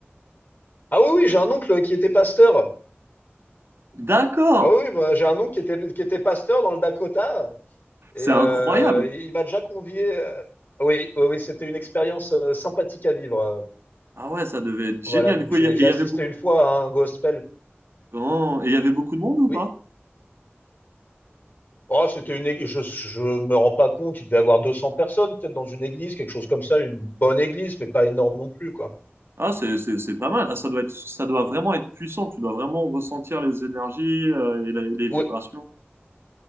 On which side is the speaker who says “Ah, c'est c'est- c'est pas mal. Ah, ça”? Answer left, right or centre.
Right